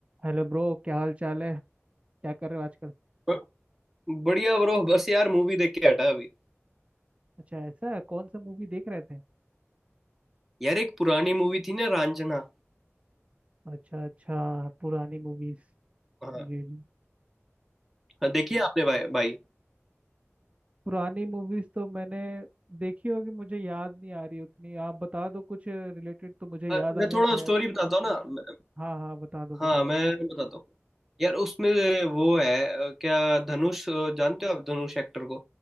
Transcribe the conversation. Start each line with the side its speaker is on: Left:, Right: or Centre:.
Right: Hello bro क्या हाल चाल है क्या कर रहे हो आजकल
Centre: ब- बढ़िया ब्रो बस यार मूवी देख के हटा अभी
Right: अच्छा ऐसा है कौन सा मूवी देख रहे थे
Centre: यार एक पुरानी मूवी थी ना रांझना
Right: अच्छा अच्छा पुरानी मूवीज
Centre: हाँ
Right: जी जी
Centre: हाँ, देखी है आपने भाई भाई
Right: पुरानी मूवीज तो मैंने देखी होगी मुझे याद नहीं आ रही उतनी आप बता दो कुछ रिलेटेड तो मुझे याद
Centre: अ,
Right: आ
Centre: मैं
Right: जाए
Centre: थोड़ा
Right: शायद
Centre: स्टोरी बताता हूँ ना मैं-
Right: हाँ हाँ बता दो
Centre: हाँ
Right: बता
Centre: मैं
Right: दो
Centre: बताता हूँ यार उसमें वो है अ, क्या धनुष अ, जानते हो आप धनुष एक्टर को